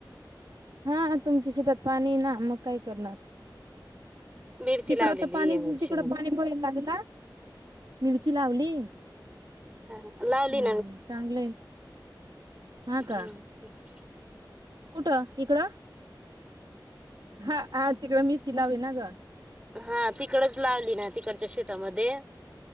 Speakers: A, on the right; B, on the right.
A: हा तुमची शेतात पाणी ना मग काय करणार.
B: मिरची
A: तिकडं
B: लावलेली
A: तर पाणी
B: या वर्षी
A: तिकडं
B: मग
A: पाणी पडायला लागला. मिरची लावली
B: हम्म लावली
A: हम्म चांगलंय.
B: हा.
A: हा का कुठं इकडं. हा हा तिकडं मिरची लावली ना ग.
B: हा तिकडच लावली ना तिकडच्या शेतामध्ये.